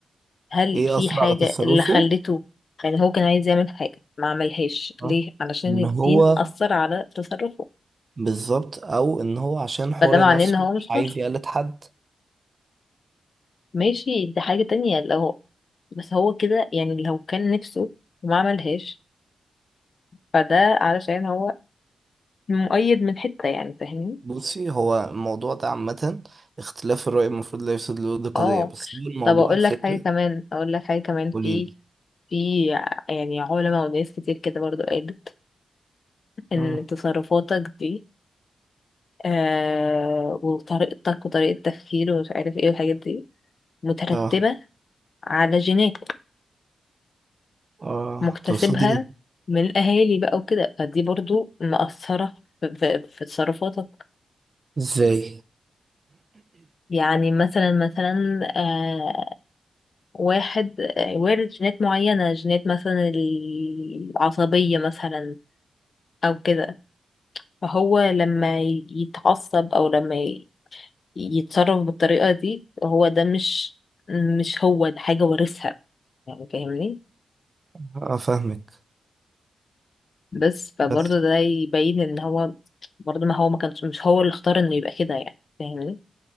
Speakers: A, on the left; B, on the right.
A: هل
B: ايه
A: في
B: اثر
A: حاجة
B: على تصرفه
A: اللي خلته يعني هو كان عايز يعمل حاجة ما عملهاش
B: آه.
A: ليه علشان
B: ان
A: الدين
B: هو
A: أثر على تصرفه
B: بالظبط او ان هو عشان حر
A: فده معناه
B: نفسه
A: إن هو مش
B: مش عايز
A: حر
B: يقلد حد
A: ماشي دي حاجة تانية لو بس هو كده يعني لو كان نفسه وما عملهاش فده علشان هو مؤيد من حتة يعني فاهمني
B: بصي هو الموضوع ده عامة اختلاف الرأي المفروض لا يفسد للود قضية
A: اه
B: بس هو الموضوع
A: طب اقول
B: الفكرة
A: لك حاجة كمان اقول لك حاجة كمان في
B: قوليلي
A: في يعني علماء وناس كتير كده برضو قالت ان
B: مم.
A: تصرفاتك دي آه وطريقتك وطريقة تفكير ومش عارف ايه والحاجات دي مترتبة
B: اه
A: على جينات
B: اه
A: مكتسبها
B: تقصدي
A: من الأهالي بقى وكده فدي برضو مأثرة في, في, في تصرفاتك
B: ازاي
A: يعني مثلا مثلا آه واحد آه، وارد جينات معينة جينات مثلا العصبية مثلا أو كده فهو لما يتعصب أو لما ي- يتصرف بالطريقة دي هو ده مش مش هو ده حاجة وارثها يعني فاهمني
B: اه فاهمك
A: بس فبرضه
B: بس
A: ده يبين ان هو برضه ما هو ما كانش مش هو اللي اختار انه يبقى كده يعني فاهمني